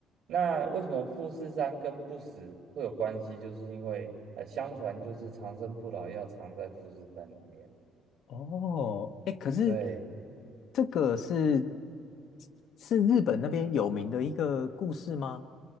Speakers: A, on the right; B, on the left.
A: 那为什么富士山跟不死会有关系？就是因为呃，相传就是长生不老药藏在富士山里面。
B: 哦，哎，可是
A: 对，
B: 这个是是日本那边有名的一个故事吗？